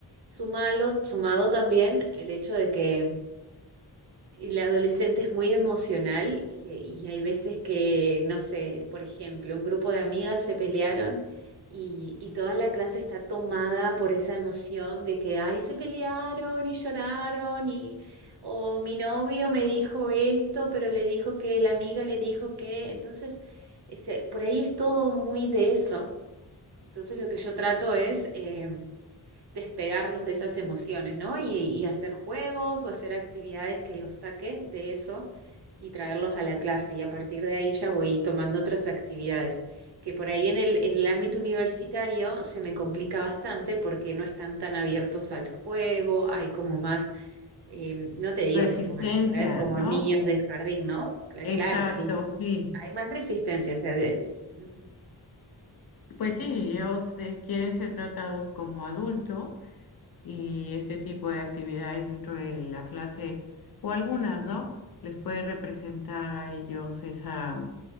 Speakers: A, on the right; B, on the left.
A: Sumalo, sumado también el hecho de que el adolescente es muy emocional y, y hay veces que, no sé, por ejemplo, un grupo de amigas se pelearon y, y toda la clase está tomada por esa emoción de que, ay, se pelearon y lloraron y, o mi novio me dijo esto, pero le dijo que la amiga le dijo que, entonces, ese- por ahí es todo muy de eso. Entonces, lo que yo trato es... eh, despegarlos de esas emociones, ¿no? Y, y hacer juegos o hacer actividades que los saque de eso y traerlos a la clase. Y a partir de ahí ya voy tomando otras actividades, que por ahí en el, en el ámbito universitario se me complica bastante porque no están tan abiertos al juego, hay como más, eh, no te digo
B: Resistencia,
A: que se pongan a correr como
B: ¿no?
A: niños de jardín, ¿no? Cl-
B: Exacto,
A: Claro, sí,
B: sí.
A: hay más resistencia, o sea, de- Ujú,
B: Pues sí, ellos eh, quieren ser tratados como adultos y este tipo de actividades dentro de la clase, o algunas, ¿no? Les puede representar a ellos esa